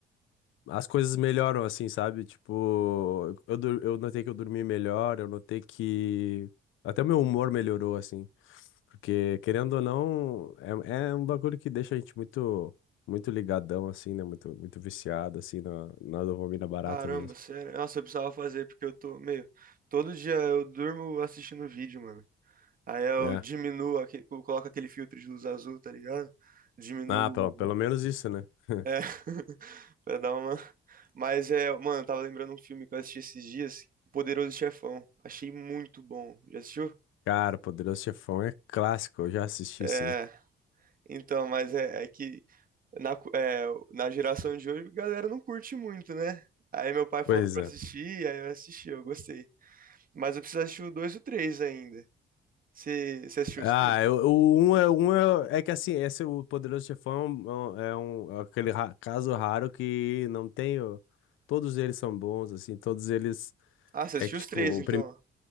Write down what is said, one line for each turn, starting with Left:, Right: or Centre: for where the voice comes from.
Left: as coisas melhoram, assim, sabe? Tipo, eu, dur- eu notei que eu dormi melhor, eu notei que até o meu humor melhorou, assim. Porque, querendo ou não, é, é um bagulho que deixa a gente muito, muito ligadão, assim, né? Muito, muito viciado, assim, na, na dopamina barata
Right: Caramba,
Left: mesmo.
Right: sério. Nossa, eu precisava fazer, porque eu tô meio. Todo dia eu durmo assistindo vídeo, mano. Aí eu
Left: É.
Right: diminuo, aque- eu coloco aquele filtro de luz azul, tá ligado? Diminuo.
Left: Ah, pelo, pelo menos isso, né? <laughs>
Right: É, <laughs> pra dar uma. Mas é, mano, eu tava lembrando um filme que eu assisti esses dias, O Poderoso Chefão. Achei muito bom. Já assistiu?
Left: Cara, Poderoso Chefão é clássico, eu já assisti,
Right: É,
Left: sim.
Right: então, mas é, é que na, cu- é, na geração de hoje, a galera não curte muito, né? Aí meu pai falou
Left: Pois
Right: pra
Left: é.
Right: assistir, aí eu assisti, eu gostei. Mas eu preciso assistir o 2 e o 3 ainda. Você você assistiu
Left: Ah,
Right: os três?
Left: eu- o um, é, um é, é que assim, esse o Poderoso Chefão é um, é um- é aquele ra- caso raro que não tem. o- Todos eles são bons, assim, todos eles.
Right: Ah, você
Left: É
Right: assistiu
Left: que,
Right: os
Left: tipo,
Right: três, então.